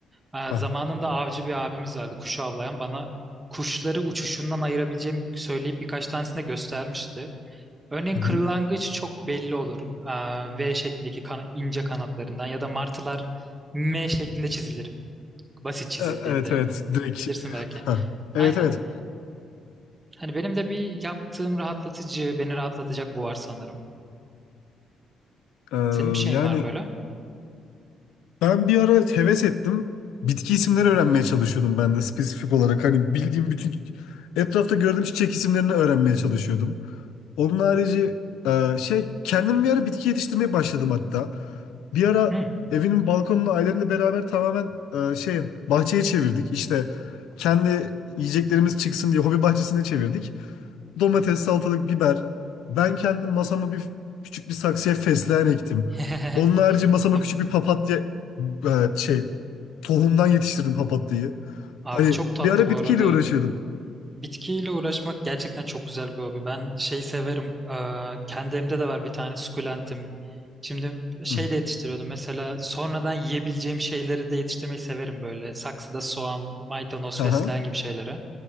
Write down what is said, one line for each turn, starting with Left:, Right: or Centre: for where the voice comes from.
Right: Aa,
Left: Ah,
Right: zamanında avcı bir abimiz vardı kuşu avlayan bana kuşları uçuşundan ayırabileceğimi söyleyip birkaç tanesini de göstermişti. Örneğin
Left: hı
Right: kırlangıç
Left: hı.
Right: çok belli olur. Aa, V şeklindeki kana- ince kanatlarından ya da martılar M şeklinde çizilir basit çizildiğinde.
Left: E- Evet evet direkt.
Right: Bilirsin
Left: <laughs>
Right: belki.
Left: Hah. Evet
Right: Aynen.
Left: evet.
Right: Hani benim de bir yaptığım rahatlatıcı, beni rahatlatacak bu var sanırım.
Left: Ee,
Right: Senin bir şeyin
Left: yani
Right: var mı böyle?
Left: Ben bir ara heves ettim. Bitki isimleri öğrenmeye çalışıyordum ben de spesifik olarak. Hani bildiğim bütün etrafta gördüğüm çiçek isimlerini öğrenmeye çalışıyordum. Onun harici e, şey kendim bir ara bitki yetiştirmeye başladım hatta. Bir ara
Right: Hmm.
Left: evimin balkonunu ailemle beraber tamamen e, şey bahçeye çevirdik. İşte kendi yiyeceklerimiz çıksın diye hobi bahçesine çevirdik. Domates, salatalık, biber. Ben kendim masama bir küçük bir saksıya fesleğen ektim.
Right: <laughs>
Left: Onun harici masama
Right: Abi,
Left: küçük bir papatya e, şey tohumdan yetiştirdim papatyayı.
Right: abi
Left: Hani
Right: çok tatlı
Left: bir ara
Right: bu
Left: bitkiyle
Right: arada.
Left: uğraşıyordum.
Right: Bitkiyle uğraşmak gerçekten çok güzel bir hobi. Ben şey severim. Ee, kendi evimde de var bir tane sukulentim. Şimdi şey
Left: Hı.
Right: de yetiştiriyordum. Mesela sonradan yiyebileceğim şeyleri de yetiştirmeyi severim böyle. Saksıda soğan, maydanoz,
Left: Aha.
Right: fesleğen gibi şeylere.